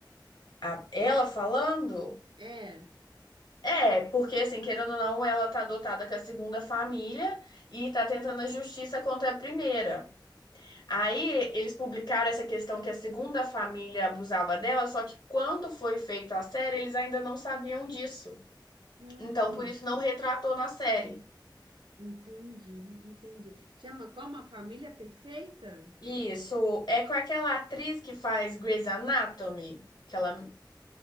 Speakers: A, on the left (about 60°); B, on the right (about 75°).
A: A- ela falando?
B: É.
A: É, porque assim, querendo ou não, ela tá adotada com a segunda família e tá tentando a justiça contra a primeira. Aí eles publicaram essa questão que a segunda família abusava dela, só que quando foi feita a série, eles ainda não sabiam disso.
B: Hum,
A: Então, por isso não retratou na série.
B: entendi, entendi. Chama como a família perfeita?
A: Isso, é com aquela atriz que faz Grey's Anatomy, aquela